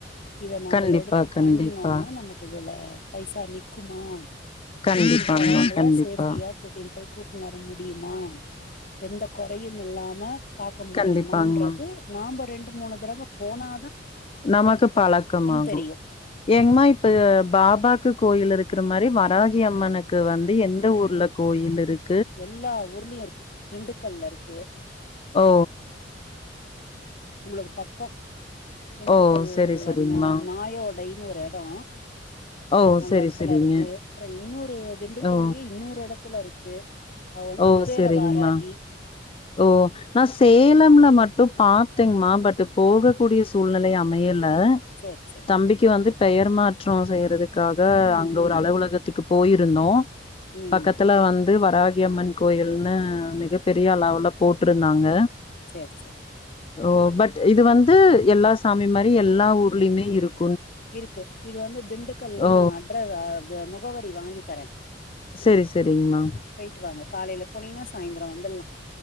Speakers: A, on the left (about 50°); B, on the left (about 30°).
A: இத நம்ம
B: கண்டிப்பா
A: எடுத்து
B: கண்டிப்பா
A: பண்ணினோனா நமக்கு இல்ல பைசா நி்க்குமா
B: கண்டிப்பாங்மா
A: கூட்டிட்டு போறவங்கள
B: கண்டிப்பா
A: சேஃப்டியா கூட்டினு கூட்டுனு வர முடியுமா எந்த கொறையும் இல்லாம பாக்க முடியுமான்றது
B: கண்டிப்பாங்மா
A: நாம ரெண்டு மூனு தடவ போனா
B: நமக்கு பழக்கம் ஆகும்
A: தெரியு
B: ஏங்கமா இப்ப பாபாக்கு கோயில் இருக்கு இருக்ற மாரி வராகி அம்மனுக்கு வந்து எந்த ஊர்ல கோயில் இருக்கு
A: எல்லா ஊர்லயு இருக்கு திண்டுக்கல்ல இருக்கு
B: ஓ
A: உங்களுக்கு பக்கம் திண்டுக்கல்
B: ஓ செரி செரிங்மா
A: நாயோடை இன்னோரு எடோ
B: ஓ
A: அந்த
B: செரி
A: இடத்ல
B: செரிங்க
A: இருக்கு அப்றோ இன்னொரு திண்டுக்கல்லயே
B: ஓ
A: இன்னொரு எடத்துல த்துல இருக்கு அவ வந்து
B: ஓ
A: குபேர
B: செரிங்மா
A: வாரகி
B: ஓ நான் சேலம்ல மட்டும் பத்தேங்கமா பட் போகக்கூடிய சூழ்நிலை அமையல அஹ்
A: சேர் சேர்
B: தம்பிக்கு வந்து பெயர் மா கிளோஸ் செய்யறது க்காக
A: ம்
B: அங்க ஒரு
A: ம்
B: அலுவலகத்துக்கு போயிருந்தோம்
A: ம்
B: பக்கத்துல வந்து வராகியம்மன் கோயில்னு மிகப்பெரிய அளவுல போட்டிருந்தாங்க
A: சேர் சேர்
B: ஓ பட் இது வந்து எல்லா சாமி மாரி எல்லா ஊர்லயுமே இருக்கு
A: இருக்கு இது வந்து திண்டுக்கல்னு
B: ஓ
A: நான் அட்ர முகவரி வாங்கி தரேன்
B: செரி செரிங்மா
A: போயிட்டு வாங்க காலையில போனீங்கன்னா சாயந்திரம் வந்துடலாம்